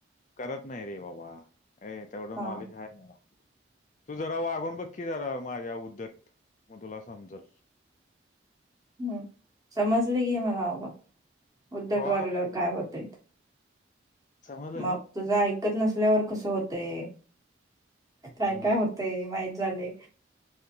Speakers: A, on the left; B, on the right.
A: करत नाही रे बाबा र तेवढं
B: हा
A: नॉलेज आहे मला तू जरा वागून बघकी जरा माझ्या उद्दत मग तुला समजल.
B: हम्म समजले गी मला बाबा उद्धट
A: हा
B: वागल्यावर काय होतय.
A: समजलं
B: मग
A: ना
B: तुझं ऐकत नसल्यावर कसं होतंय काय
A: मग
B: काय होत. ते माहित झालय.